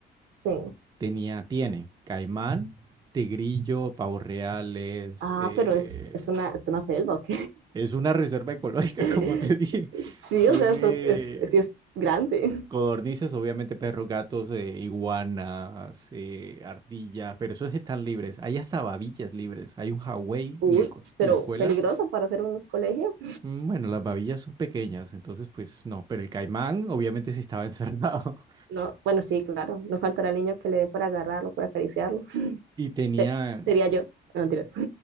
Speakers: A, on the right; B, on the right.
A: sí.
B: Tenía, tiene caimán, tigrillo, pavos reales,
A: Ah,
B: eh,
A: pero es, es una, es una selva, ¿ok?
B: es una reserva ecológica,
A: <laughs>
B: <laughs> como te dije.
A: Sí,
B: Tiene
A: o sea, eso es, sí es grande.
B: codornices, obviamente perros, gatos, eh, iguanas, eh, ardillas, pero esos están libres. Hay hasta babillas libres. Hay un Hawái
A: Uy,
B: en el co-
A: pero
B: en la escuela.
A: peligroso para hacer un colegio.
B: Mm, Bueno, las babillas son pequeñas, entonces pues no, pero el caimán obviamente sí estaba encerrado
A: No, bueno, sí, claro. No faltará el niño que le dé por agarrarlo, por acariciarlo. <laughs>
B: <laughs> y tenía...
A: Se- Sería yo. No, mentiras.